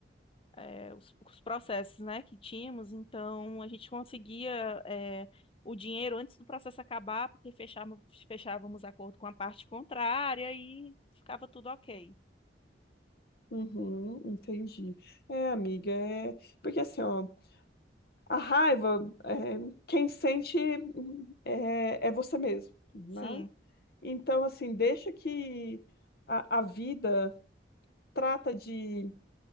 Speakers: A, on the left; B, on the left.
A: é, os, os processos, né, que tínhamos. Então, a gente conseguia é, o dinheiro antes do processo acabar, porque fechávamos, fechávamos acordo com a parte contrária e ficava tudo ok.
B: Uhum, entendi. É, amiga, é porque assim, ó, A raiva, é, quem sente é, é você mesmo, né?
A: Sim,
B: Então, assim, deixa que a, a vida trata de,